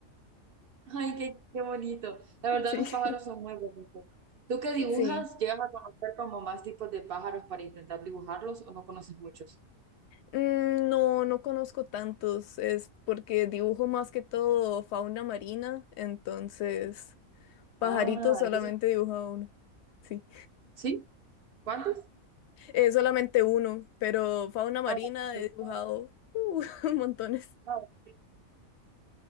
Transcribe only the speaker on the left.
<laughs>
Sí,
sí.
Mm, No, no conozco tantos, es porque dibujo más que todo fauna marina, entonces pajaritos
solamente
he dibujado uno, sí,
eh, solamente uno, pero fauna marina
he dibujado
<laughs> montones,